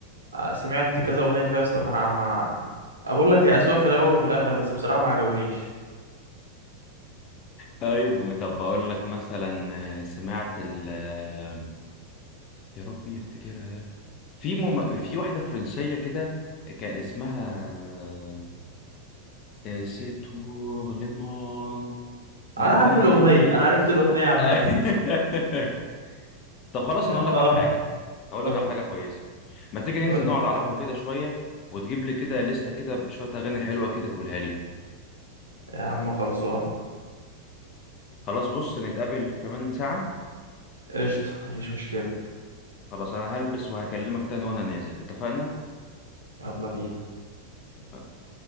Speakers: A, on the right; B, on the left.
A: آه، سمعت كذا اغنيه فيها يا اسطى مع مع اقول لك هي اذواق في الاول وفي الاخر بس بصراحه ما عجبونيش
B: طيب طب بقول لك مثلا آه، سمعت ال آه، يا ربي يفتكرها في مم... في واحدة فرنسية كده كان اسمها سي تور ليمون لفي
A: انا عارف الاغنيه
B: دي في
A: انا عرفت الاغنيه عامه
B: أي-
A: <laughs>
B: <laughs> طب خلاص انا اقول
A: اه
B: لك على حاجة هقول
A: قول
B: لك على حاجة كويسة ما تيجي ننزل
A: قول
B: نقعد على القهوة كده شوية وتجيب لي كده لستة كده بشوية أغاني حلوة كده تقولها لي
A: يا عم خلصانه
B: خلاص بص نتقابل كمان ساعة
A: قشطه مفيش مشكله
B: خلاص أنا هلبس وهكلمك تاني وأنا نازل اتفقنا؟
A: يلا بينا
B: اتفقنا